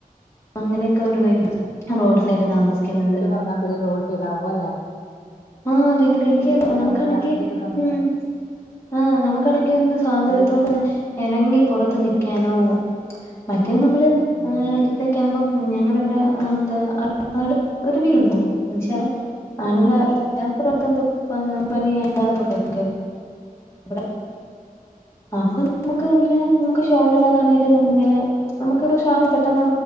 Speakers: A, on the left; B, on the left.
A: അങ്ങനെയൊക്കെ ഒരു ഭയങ്കര റോഡ് സൈഡ് താമസിക്കുന്നത്
B: പറഞ്ഞാ പോല റോഡ് സൈഡ് ആവുമ്പോ അല്ലേ
A: ആഹ് ഭയങ്കര എനിക്ക്
B: റോഡ്
A: എന്തോ
B: സൈഡ്
A: നമുക്കാണെങ്കി
B: ആകുമ്പോഴേ രാത്രിക്കൊക്കെ ഉറങ്ങാൻ
A: ഉം ആഹ് നമുക്കാണെങ്കിൽ ഒന്ന് സ്വാതന്ത്ര്യത്തോടൊന്ന്
B: ഒരു
A: എറങ്ങി പുറത്ത് നിൽക്കാനോ മറ്റേ നമ്മള്
B: ഉം
A: ഏ ഇവി ളും ഞങ്ങടെ ഇവിടെ എന്താ അടു അട് ഒരു വീണ്ട് മ്ഷാണ് ആണ്ങ്ങളെ <unintelligible>
B: ആഹ്
A: പണി ഇല്ലാതെ പറ <unintelligible> ആക്. നമ്ക്ക്
B: ഉം
A: ഇങ്ങനെ നമുക് ഷോളി ടാതാണെലും നമക്ക്ങ്ങെനെ നമുക്ക് ഷോൾ പെട്ടന്നൊ